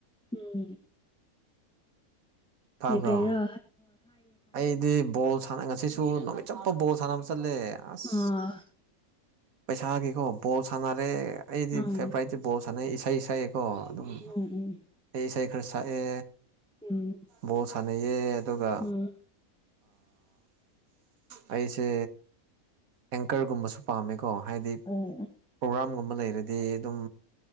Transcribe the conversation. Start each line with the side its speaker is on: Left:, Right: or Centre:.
Centre: ꯎꯝ
Right: ꯇꯥꯕ꯭ꯔꯣ
Centre: ꯀꯩ ꯀꯩꯔꯥ
Right: ꯑꯩꯗꯤ ꯕꯣꯜ ꯁꯥꯟꯅ ꯉꯁꯤꯁꯨ ꯅꯣꯃꯤꯠ ꯆꯨꯞꯄ ꯕꯣꯜ ꯁꯥꯟꯅꯕ ꯆꯠꯂꯦ ꯑꯁ
Centre: ꯑꯥ
Right: ꯄꯩꯁꯥꯒꯤꯀꯣ ꯕꯣꯜ ꯁꯥꯟꯅꯔꯦ ꯑꯩꯗꯤ
Centre: ꯎꯝ
Right: ꯐꯦꯚꯣꯔꯥꯏꯠ ꯕꯣꯜ ꯁꯥꯟꯅꯩ ꯏꯁꯩ ꯁꯛꯑꯦꯀꯣ ꯑꯗꯨꯝ
Centre: ꯎꯝ ꯎꯝ
Right: ꯑꯩ ꯏꯁꯩ ꯈꯔ ꯁꯛꯑꯦ
Centre: ꯎꯝ
Right: ꯕꯣꯜ ꯁꯥꯟꯅꯩꯌꯦ ꯑꯗꯨꯒ
Centre: ꯎꯝ
Right: ꯑꯩꯁꯦ ꯑꯦꯡꯀꯔꯒꯨꯝꯕꯁꯨ ꯄꯥꯝꯃꯦꯀꯣ ꯍꯥꯏꯗꯤ
Centre: ꯎꯝ
Right: ꯄ꯭ꯔꯣꯒ꯭ꯔꯥꯝꯒꯨꯝꯕ ꯂꯩꯔꯗꯤ ꯑꯗꯨꯝ